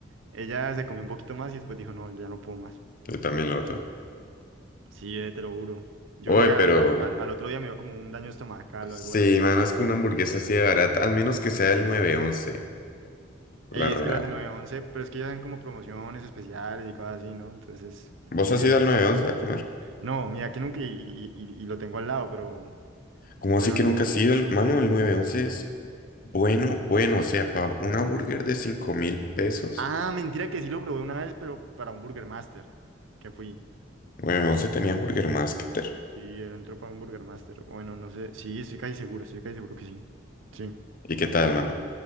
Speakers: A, on the right (about 80°); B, on the left (about 45°).
A: Ella se comió un poquito más y después dijo, no, ya no puedo más.
B: Yo también lo
A: es
B: botó.
A: que Sí, eh, te lo juro. Yo
B: Oye,
A: creo que
B: pero...
A: al, al- al- otro día me dio como un daño estomacal
B: Sí,
A: o algo así.
B: mano, es que una hamburguesa así de barata, al menos que sea el nueve once,
A: Eh,
B: la real.
A: es que las de nueve once pero es que ellas dan como promociones especiales y cosas así, ¿no? Entonces es
B: ¿Vos
A: bien.
B: has ido al nueve once a comer?
A: No, mira, que nunca y, y- y- y lo tengo al lado, pero,
B: ¿Cómo
A: pero
B: así que
A: no.
B: nunca has ido? al- Mano, el nueve once es bueno, bueno. O sea, para una burger de cinco mil pesos,
A: Ah, mentira que sí lo probé una vez, pero para un Burger Master, que fui.
B: Nueve once tenía Burger Master.
A: Sí, él entró para un Burger Master. Bueno, no sé. Sí, estoy casi seguro, estoy casi seguro que sí. Sí.
B: ¿Y qué tal, mano?